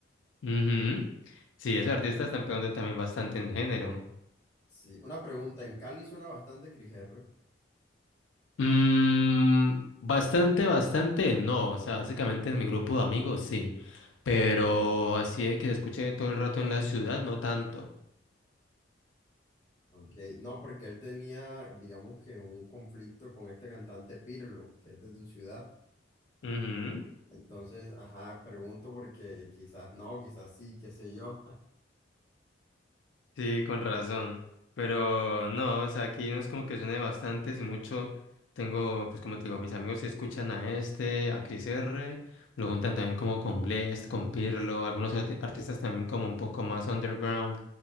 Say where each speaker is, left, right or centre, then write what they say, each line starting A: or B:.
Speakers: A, on the left; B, on the left.
A: Ujú. Sí, esos artistas están pegando también bastante en género.
B: Sí, una pregunta, ¿en Cali suena bastante Cris R?
A: Mm, bastante, bastante, no. O sea, básicamente en mi grupo de amigos sí. Pero así de que se escuche todo el rato en la ciudad, no tanto.
B: Ok, No, porque él tenía, digamos que un conflicto con este cantante Pirlo, que es de su ciudad.
A: Ujú,
B: Entonces, ajá, pregunto porque quizás no, quizás sí, qué sé yo. <laughs>
A: Sí, con razón. Pero no, o sea, aquí no es como que suene bastante, si mucho tengo, pues como te digo, mis amigos se escuchan a este, a Chris R, lo juntan también como con Blest, con Pirlo, algunos arte- artistas también como un poco más underground,